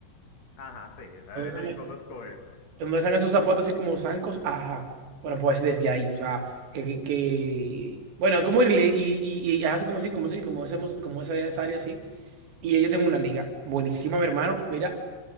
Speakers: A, on the left (about 50°); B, on the right (about 80°).
A: Ajá, sí, <laughs> eh,
B: donde usan,
A: conozco eso.
B: donde usan esos zapatos así como zancos. Ajá. Bueno, pues desde ahí, o sea, que, que, que- bueno, como irle y, y, y hace como así, como así, como hacemos, como esa, esa área así. Y yo tengo una liga, buenísima, mi hermano, mira,